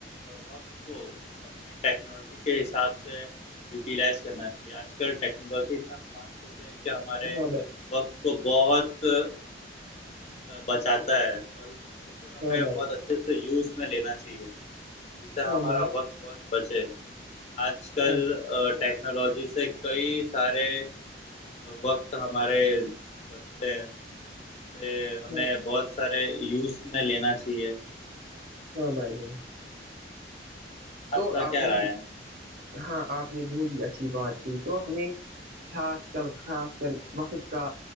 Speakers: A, on the left (about 35°); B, on the right (about 55°).
A: وقت کو اپنے ٹیکنالوجی کے حساب سے یوٹیلائز کرنا چاہیے آج کل ٹیکنالوجی اتنا فاسٹ ہو گیا ہے کہ ہمارے
B: ہاں بھائی
A: وقت کو بہت بچاتا ہے اور اسے ہمیں
B: ہاں
A: بہت اچھے سے یوز میں لینا چاہیے جس سے ہمارا
B: بھائی
A: وقت بہت بچے آج کل
B: ہاں بھائی ہاں
A: ٹیکنالوجی سے کئی سارے وقت ہمارے بچتے ہیں اس سے ہمیں
B: ہاں
A: بہت سارے یوز میں لینا چاہیے
B: ہاں بھائی جان تو
A: کا
B: آپ
A: کیا
B: نے
A: رائے
B: بھی
A: ہے
B: ہاں آپ نے بہت ہی اچھی بات کی تو ہمیں خاص کر خاص کر وقت کا